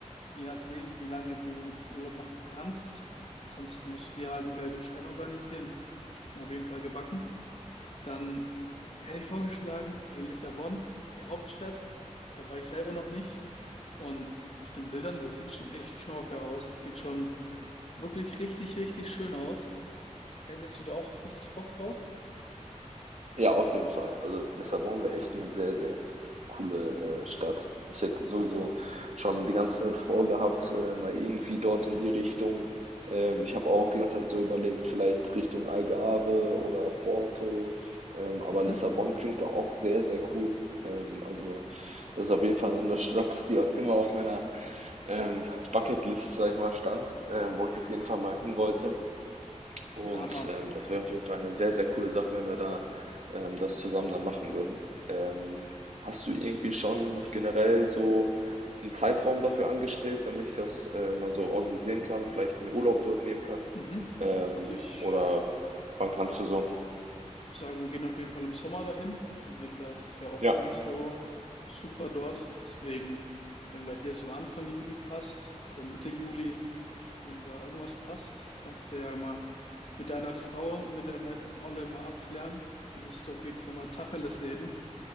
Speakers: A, on the left; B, on the right.
A: je nachdem, wie lange du Urlaub machen kannst. Ansonsten musst du dir halt einen gelben Schein organisieren. Das kriegt man auf jeden Fall gebacken. Dann hätte ich vorgeschlagen, ey, Lissabon, die Hauptstadt, da war ich selber noch nicht. Und auf den Bildern, das sieht schon echt knorke aus. Das sieht schon wirklich richtig, richtig schön aus. Hättest du da auch richtig Bock drauf?
B: Ja, auf jeden Fall. Also Lissabon wäre echt eine sehr, sehr coole äh, Stadt. Ich hätte sowieso schon die ganze Zeit vorgehabt, äh, mal irgendwie dort in die Richtung. Ähm, ich habe auch die ganze Zeit so überlegt, vielleicht Richtung Algarve oder Porto. Ähm, aber
A: Mhm.
B: Lissabon klingt da auch sehr, sehr cool. Ähm, also das ist auf jeden Fall eine Stadt, die immer auf meiner ähm, Bucketlist, sag ich mal, stand, ähm, wo ich auf jeden Fall mal hin wollte. Und
A: Ja, Hammer.
B: ähm, das wäre auf jeden Fall eine sehr, sehr coole Sache, wenn wir da ähm, das zusammen dann machen würden. Ähm, hast du irgendwie schon generell so einen Zeitraum dafür angestrebt, damit ich das äh, mal so organisieren kann, vielleicht mir Urlaub dort nehmen kann?
A: Mhm.
B: Ähm,
A: Also ich,
B: oder wann kannst du so?
A: Ich würde sagen, wir gehen auf jeden Fall im Sommer dahin. Im Winter ist es ja oft
B: Ja,
A: nicht so super dort. Deswegen, wenn bei dir so Anfang Juli passt oder Mitte Juli, da- wenn da irgendwas passt, kannst du ja mal mit deiner Frau, mit der nervigen Olle mal abklären. Da musst du auf jeden Fall mal Tacheles reden,